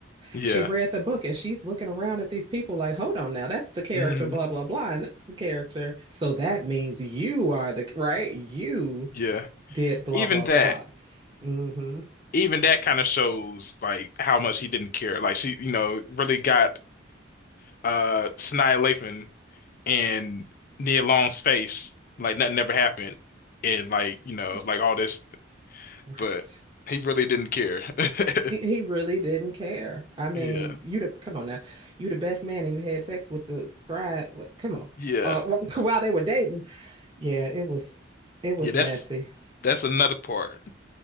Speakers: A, on the left; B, on the right.
A: Yeah.
B: she read the book and she's looking around at these people like, hold on now, that's the character,
A: hmm
B: blah, blah, blah. And that's the character. So that means you are the right. You
A: Yeah.
B: did blah,
A: Even
B: blah,
A: that,
B: blah. Mm-hmm.
A: even that kind of shows like how much he didn't care. Like she, you know, really got uh Sanaa Lathan and Nia Long's face like nothing ever happened and like, you know,
B: Right.
A: like all this,
B: Right.
A: but he really didn't care. <laughs>
B: He, he really didn't care. I mean,
A: Yeah.
B: you the come on now, you the best man and you had sex with the bride. What, come on.
A: Yeah.
B: Uh, <laughs> while they were dating, yeah, it was it was
A: Yeah, that's
B: messy.
A: that's another part